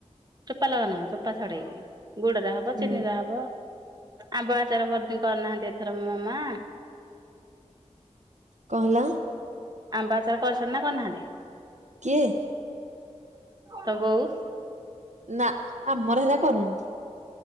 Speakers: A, on the right; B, on the right.
A: ଚୋପା ଲଗା ନୁହଁ ଚୋପା ଛଡେଇକି ଗୁଡରେ ହବ,
B: ହୁଁ
A: ଚିନିରେ ହବ। ଆମ୍ବ ଆଚାର କରି ଦିଅଁ କରିନାହାନ୍ତି ଏଥର ମୋ ମାମା?
B: କଣ ହେଲା?
A: ଆମ୍ବ ଆଚାର କରିଛନ୍ତି ନା କରିନାହାନ୍ତି?
B: କିଏ?
A: ତୋ ବୋଉ?
B: ନା ଆମର ହେରା କରନୁ।